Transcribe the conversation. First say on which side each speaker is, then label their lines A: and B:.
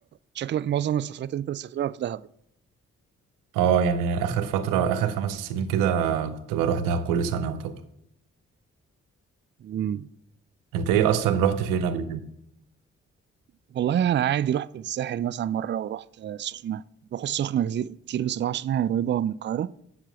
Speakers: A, on the right (about 35°); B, on the right (about 80°).
A: شكلك معظم السفرات اللي انت بتسافرها في دهب
B: اه يعني اخر فتره اخر خمس سنين كده كنت بروح دهب كل سنه يعتبر
A: امم
B: انت ايه اصلا رحت فين قبل كده
A: والله انا عادي رحت الساحل مثلا مره ورحت السخنه بروح السخنه كتير كتير بصراحه عشان هي قريبه من القاهره